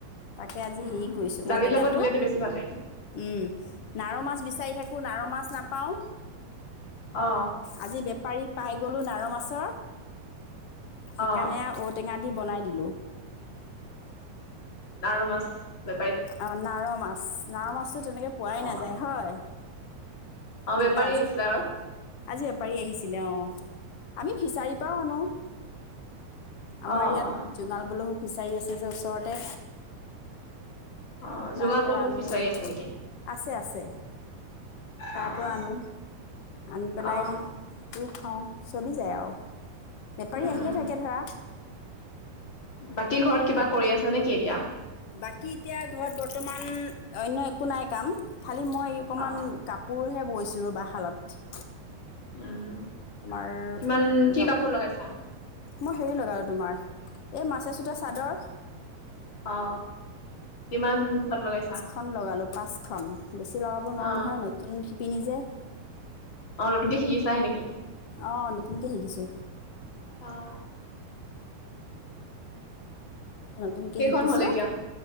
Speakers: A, on the left; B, on the left.
A: তাকে আজি
B: উম,
A: হেৰি কৰিছো
B: দালিৰ
A: ঔ টেঙাটো।
B: লগত দিলেতো বেছি ভাল লাগে
A: উম নাৰ মাছ বিচাৰি থাকো নাৰ মাছ নাপাওঁ।
B: অ।
A: আজি বেপাৰী পাই গ'লো নাৰ মাছৰ সেইকাৰণে
B: অঁ
A: ঔটেঙা দি বনাই দিলো।
B: নাৰ মাছ বে
A: অ নাৰ মাছ নাৰ মাছতো তেনেকে পোৱাই
B: অঁ
A: নাযায় হয়।
B: অঁ
A: কিন্তু
B: বেপাৰী
A: আজি
B: আহিছিলে আৰু
A: আজি এপাৰি আহিছিলে অ আমি ফিচাৰিত ত নো আমাৰ
B: অঁ
A: ইয়াত
B: অঁ
A: জোঙাল বোলোহু ফিচাৰী আছে যে ওচৰতে।
B: অ' জোঙাল
A: তাৰ পৰা
B: পলু
A: আনো
B: ফিচাৰী আছে নেকি?
A: আছে আছে। তাৰ
B: অ'
A: পৰা আনো, আনি পেলাই
B: অ'
A: দু খাওঁ, চলি যায় আও, বেপাৰী
B: উম,
A: আহিয়ে থাকে ধৰা
B: বাকী ঘৰত
A: সেয়া
B: কিবা
A: আৰু।
B: কৰি আছা নেকি এতিয়া?
A: বাকী এতিয়া ঘৰত বৰ্তমান অন্য একো নাই কাম। খালী মই অকণমান
B: অ'
A: কাপোৰহে বৈছো ৰবা শালত।
B: উম
A: তোমাৰ
B: কিমান কি
A: গামো
B: কাপোৰ লগাইছা?
A: মই হেৰি লগালো তোমাৰ এই মাৰচাজ সূতা চাদৰ।
B: অ কিমান খন লগাইছা?
A: খন লগালোঁ পাঁচখন। বেছি লগাব নোৱাৰোঁ
B: অ'
A: নহয়, নতুন শিপিনী যে
B: অ নতুনকে শিকিছাহে নেকি?
A: অঁ নতুনকে শিকিছো।
B: অঁ
A: নতুনকে
B: কেইখন
A: শিকিছো।
B: হ'ল এতিয়া?